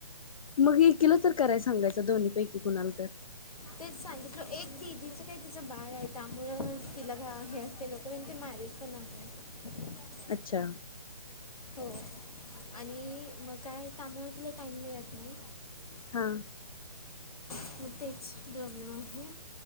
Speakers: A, on the left (about 70°); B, on the left (about 90°).
A: मग एकिला तर कराय सांगायचं, दोन्ही पैकी कुणाला तर?
B: तेच सांगितलं, एक दिदिच काय तिचं बाळ हाय त्यामुळं तिला घा हे असते लोक ते मारीत म्हण <inaudible>
A: अच्छा?
B: होय. आणि म काय त्यामुळ तिला टाइम मिळत नाही.
A: हा.
B: मग तेच प्रॉब्लेम आहे